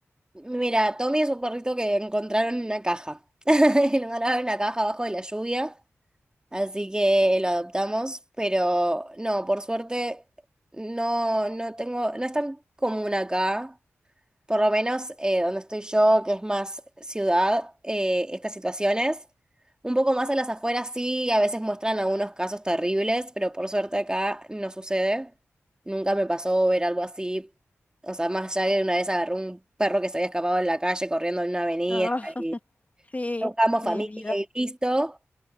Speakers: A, on the right (about 15°); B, on the left (about 30°).
A: Mira, Tommy es un perrito que encontraron en una caja. <laughs> Lo mandaron en una caja abajo de la lluvia. Así que lo adoptamos, pero no, por suerte no, no tengo, no es tan común acá, por lo menos eh, donde estoy yo, que es más ciudad, eh, estas situaciones. Un poco más a las afueras sí, a veces muestran algunos casos terribles, pero por suerte acá no sucede. Nunca me pasó ver algo así. O sea, más allá de una vez agarró un perro que se había escapado en la calle corriendo en una avenida
B: Ah, <laughs>
A: y
B: sí,
A: buscamos
B: mi
A: familia
B: vida.
A: y listo